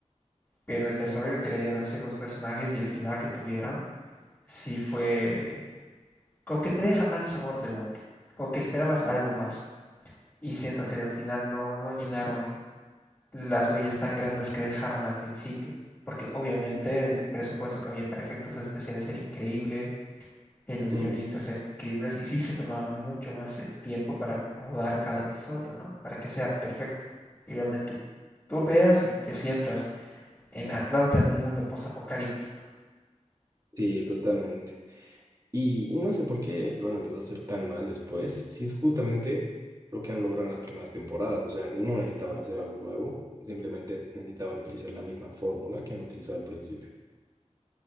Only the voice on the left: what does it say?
Pero el desarrollo que le dieron a ciertos personajes y el final que tuvieron, sí fue como que te deja mal sabor de boca. Como que esperabas algo más. Y siento que al final no, no llenaron. las huellas tan grandes que dejaron al principio, porque obviamente el presupuesto que había para efectos especiales era increíble, eh, los
guionistas eran increíbles y sí se tomaban mucho más el tiempo para rodar cada episodio, ¿no? Para que sea perfecto. Y realmente tú veas y te sientas en Atlanta en un mundo postapocalíptico.